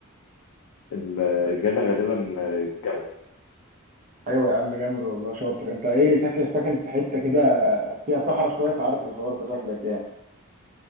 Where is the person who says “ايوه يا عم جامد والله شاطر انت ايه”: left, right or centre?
Right